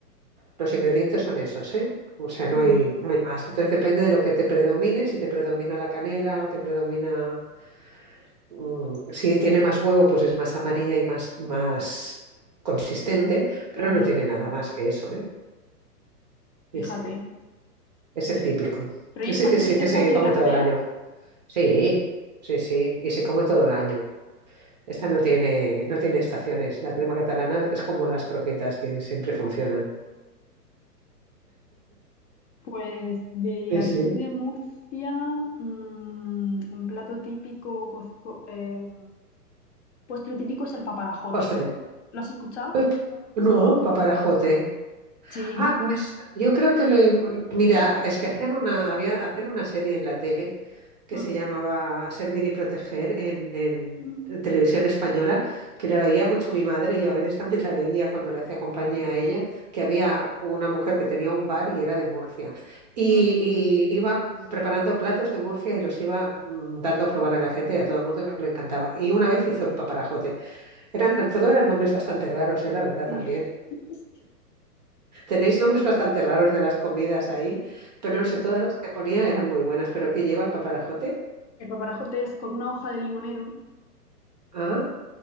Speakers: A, on the right; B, on the left.
A: Los ingredientes son esos, ¿eh? O sea, no
B: Ujú,
A: hay, no hay más. Entonces depende de lo que te predomine, si te predomina la canela o te predomina... mm, si tiene más huevo, pues es más amarilla y más, más consistente,
B: mm,
A: pero
B: ujú.
A: no tiene nada más que eso, ¿eh?
B: Fíjate.
A: Sí, sí. Es el típico.
B: Pero
A: Ese
B: ¿y es fácil,
A: que sí
B: es
A: que se
B: fácil
A: come
B: de hacer?
A: todo el año. Sí, sí, sí, y se come todo el año. Esta no tiene, no tiene estaciones. La crema catalana es como las croquetas que siempre funcionan.
B: <laughs> Pues de
A: Sí,
B: aquí
A: sí.
B: de Murcia, mm, un plato típico, co- co- eh, postre típico es el paparajote.
A: Postre.
B: ¿Lo, has lo has escuchado?
A: Uy, no, paparajote.
B: Sí,
A: Ah, me- s- yo creo que lo he- mira, es que hacían una, había, hacían una serie en la tele que
B: Mm,
A: se llamaba Servir y Proteger en, en-
B: mm,
A: en televisión española, que la veía mucho mi madre, y yo a veces también la veía cuando le hacía compañía a ella, que había una mujer que tenía un bar y era de Murcia. Y,
B: mm,
A: y iba preparando platos de Murcia y los iba mm, dando a probar a la gente y a todo el mundo le encantaba. Y una vez hizo el paparajote. Eran, todo eran nombres bastante raros, eh, la verdad
B: sí.
A: también.
B: <laughs>
A: Tenéis nombres bastante raros de las comidas ahí, pero
B: Sí.
A: no sé, todas las que ponía eran muy buenas. ¿Pero qué lleva el paparajote?
B: El paparajote es con una hoja de limonero,
A: Ah,